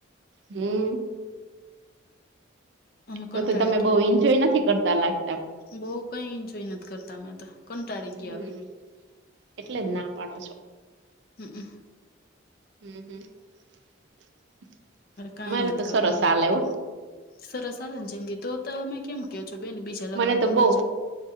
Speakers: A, on the right; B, on the left.
A: હમ્મ
B: અમે કંટાળી
A: તો તો તમે બઉ એન્જોય નથી કરતા લાગતા.
B: બઉ કઈ એન્જોય નથી કરતા અમેં તો કંટાળી
A: હમ
B: ગયા હવે,
A: એટલે જ ના પાડો છો
B: હ <unintelligible>
A: હમ્મ <unintelligible>
B: કાઈ
A: અમારે
B: નથી
A: તો
B: કરવું
A: સરસ
B: બેન
A: હાલેે હો
B: સરસ હાલે જિંદગી તો તમે કેમ કયો છો બેન બીજા લગન
A: મને
B: કરવા
A: તો બઉ
B: છે.